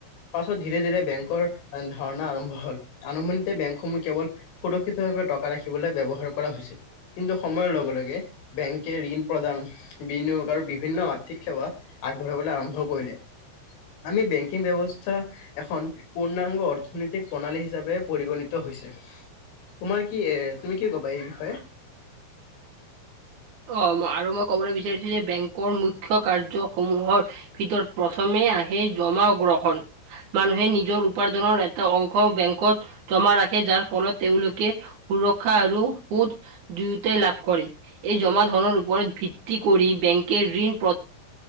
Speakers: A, on the left (about 75°); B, on the right (about 50°).
A: পাছত ধীৰে ধীৰে বেংকৰ ধাৰণা আৰম্ভ হ'ল, আৰম্ভণিতে বেংকসমূহ কেৱল সুৰক্ষিতভাৱে টকা ৰাখিবলৈ ব্যৱহাৰ কৰা হৈছিল কিন্তু সময়ৰ লগে লগে বেংকে ঋণ প্ৰদান বিনিয়োগ আৰু বিভিন্ন আৰ্থিক সেৱা আগবঢ়াবলৈ আৰম্ভ কৰিলে। আমি বেংকিং ব্যৱস্থা এখন পূৰ্ণাংগ অৰ্থনৈতিক প্ৰণালী হিচাপে পৰিগণিত হৈছে। তোমাৰ কি এ, তুমি কি ক'বা এই বিষয়ে?
B: অ' আৰু মই ক'বলৈ বিচাৰিছোঁ যে বেংকৰ মূখ্য কাৰ্যসমূহৰ ভিতৰত প্ৰথমে আহে জমা গ্ৰহণ। মানুহে নিজৰ উপাৰ্জনৰ এটা অংশ বেংকত জমা ৰাখে যাৰ ফলত তেওঁলোকে সুৰক্ষা আৰু সুদ দুয়োটাই লাভ কৰে। এই জমা ধনৰ ওপৰত ভিত্তি কৰি বেংকে ঋণ প্ৰ